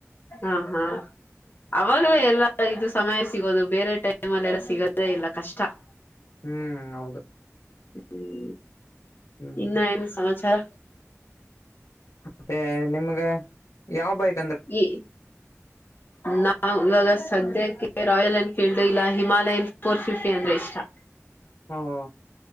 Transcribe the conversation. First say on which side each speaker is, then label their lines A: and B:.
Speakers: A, on the left; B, on the left.
A: ಹಾ, ಹಾ ಅವಾಗಲೇ ಎಲ್ಲ ಇದು ಸಮಯ ಸಿಗೋದು. ಬೇರೆ ಟೈಮಲ್ಲಲ್ಲ ಸಿಗೋದೇ ಇಲ್ಲ ಕಷ್ಟ. -
B: ಹ್ಮ್, ಹೌದು...
A: ಹ್ಮ್,
B: ಹ್ಮ್
A: ಇನ್ನ ನು ಸಮಾಚಾರ, -
B: ಮತ್ತೆ ನಿಮ್ಗೆ ಯಾವ ಬೈಕ್, -
A: ಈ ನಾ ಇವಾಗ <unintelligible> ಸದ್ಯಕ್ಕೆ ರಾಯಲ್ ಎನ್ಫೀಲ್ಡ್, ಇಲ್ಲ ಹಿಮಾಲಯನ್ ಫೋರ್ ಫಿಫ್ಟಿ ಅಂದ್ರೆ ಇಷ್ಟ. -
B: ಹಾ, ಹಾ,,,